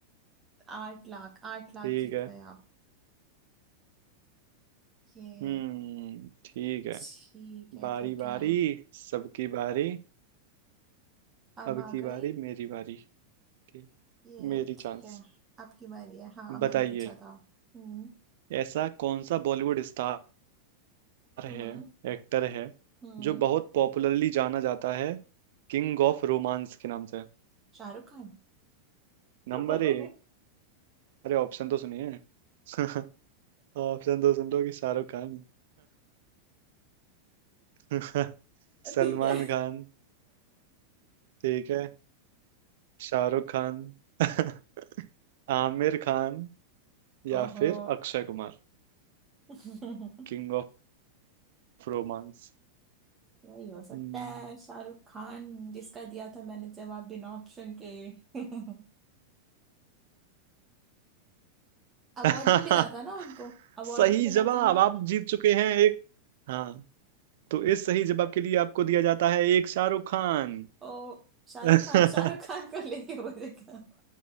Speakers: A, on the right (about 20°); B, on the right (about 55°).
A: आठ लाख आठ लाख
B: ठीक
A: जीत
B: है
A: गए आप ये
B: हम्म ठीक है
A: ठीक है
B: बारी
A: ठीक
B: बारी
A: है
B: सबकी बारी
A: अब
B: अब
A: आ
B: की
A: गई
B: बारी मेरी बारी ठीक
A: ये
B: मेरी
A: ठीक
B: चांस
A: है आपकी बारी है हाँ
B: बताइए
A: मैंने पूछा था हम्म
B: ऐसा कौन सा बॉलीवुड स्टार है
A: हम्म
B: एक्टर है
A: हम्म
B: जो बहुत पॉपुलरली जाना जाता है किंग ऑफ रोमांस के नाम से
A: शाहरुख खान
B: नंबर
A: <laughs>
B: एक अरे ऑप्शन तो सुनिए <laughs> ऑप्शन तो सुन लो कि शाहरुख खान <laughs> सलमान
A: ठीक है
B: खान ठीक है शाहरुख खान <laughs> आमिर खान या
A: ओहो
B: फिर Akshay Kumar
A: <laughs>
B: King of romance
A: यही हो सकता
B: हम्म
A: है शाहरुख खान जिसका दिया था मैंने जवाब बिना ऑप्शन के <laughs> अवार्ड
B: <laughs>
A: भी मिला था ना उनको अवार्ड
B: सही
A: भी मिला
B: जवाब
A: था ना
B: आप जीत चुके हैं एक हाँ तो इस सही जवाब के लिए आपको दिया जाता है एक शाहरुख खान
A: ओ शाहरुख
B: <laughs>
A: खान शाहरुख खान को लेके मुझे क्या